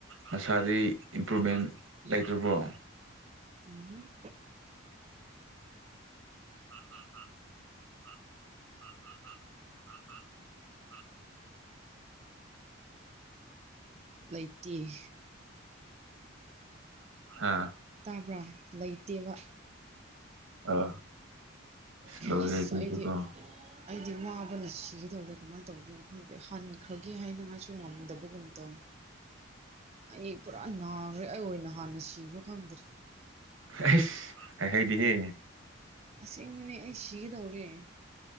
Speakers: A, on the right (about 80°); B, on the right (about 30°).
A: ꯃꯁꯥꯗꯤ ꯏꯝꯄ꯭ꯔꯨꯚꯃꯦꯟ ꯂꯩꯇ꯭ꯔꯕ꯭ꯔꯣ
B: ꯎꯝ
A: ꯑ <unintelligible>
B: ꯂꯩꯇꯦ
A: ꯍꯥꯥ
B: ꯇꯥꯕ꯭ꯔꯥ ꯂꯩꯇꯦꯕ
A: ꯑ
B: ꯐꯥꯁ
A: ꯂꯣꯏꯔꯦ ꯑꯗꯨꯗꯤꯀꯣ
B: ꯑꯩꯗꯤ ꯑꯩꯗꯤꯃ ꯑꯩꯈꯅ ꯁꯤꯒꯦꯗꯧꯔꯦ ꯀꯃꯥꯏꯅ ꯇꯧꯗꯅꯣ ꯈꯪꯗꯦ ꯍꯟꯈ꯭ꯔꯒꯦ ꯍꯥꯏꯅꯉꯥꯏꯁꯨ ꯉꯝꯗꯕꯒꯨꯝꯕ ꯇꯧ ꯑꯩ ꯄꯨꯔꯥ ꯅꯥꯈ꯭ꯔꯦ ꯑꯩ ꯑꯣꯏꯅ ꯍꯥꯟꯅ ꯁꯤꯕ꯭ꯔꯥ ꯈꯪꯗ꯭ꯔꯦ
A: ꯑꯁ ꯍꯥꯏ ꯍꯥꯏꯗꯤꯍꯦ
B: ꯑꯁꯦꯡꯕꯅꯦ ꯑꯩ ꯁꯤꯒꯗꯧꯔꯤꯦ